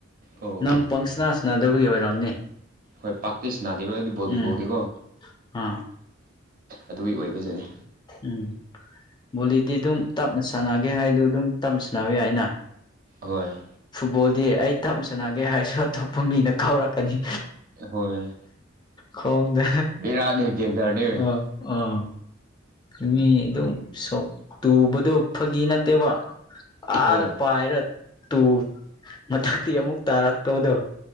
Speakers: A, on the right; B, on the left.
A: ꯑꯣ
B: ꯅꯪ ꯄꯪꯁꯅꯥ ꯁꯟꯅꯗꯕꯒꯤ ꯑꯣꯏꯔꯝꯅꯤ
A: ꯍꯣꯏ ꯄꯥꯛꯇꯤ ꯁꯟꯅꯥꯗꯦꯕ ꯍꯥꯏꯕꯗꯤ ꯕꯣꯂꯤꯕꯣꯜꯗꯤꯀꯣ
B: ꯎꯝ ꯑꯥ
A: ꯑꯗꯨꯒꯤ ꯑꯣꯏꯕꯁꯤꯅꯤ
B: ꯎꯝ ꯕꯣꯂꯤꯗꯤ ꯑꯗꯨꯝ ꯇꯞꯅ ꯁꯥꯟꯅꯒꯦ ꯍꯥꯏꯗꯨ ꯑꯗꯨꯝ ꯇꯞꯅ ꯁꯥꯟꯅꯕ ꯌꯥꯏ ꯑꯩꯅ
A: ꯍꯣꯏ
B: ꯐꯨꯠꯕꯣꯜꯗꯤ ꯑꯩ ꯇꯞ ꯁꯥꯟꯅꯒꯦ ꯍꯥꯏꯔꯁꯨ ꯑꯇꯣꯞꯄ ꯐꯨꯝꯃꯤꯅ ꯈꯥꯎꯔꯛꯀꯅꯤ
A: ꯍꯣꯏ
B: ꯈꯣꯡꯗ
A: ꯕꯦꯔꯥꯅꯦ ꯗꯦꯟꯖꯔꯅꯦ
B: ꯑꯣ ꯑꯣ ꯃꯤ ꯑꯗꯨꯝ ꯁꯣꯛ ꯇꯨꯕꯗꯣ ꯐꯥꯒꯤ ꯅꯠꯇꯦꯕ ꯑꯥꯗ
A: ꯍꯣꯏ
B: ꯄꯥꯏꯔ ꯇꯨ ꯃꯊꯛꯇꯤ ꯑꯃꯨꯛ ꯇꯥꯔꯛꯇꯧꯗꯣ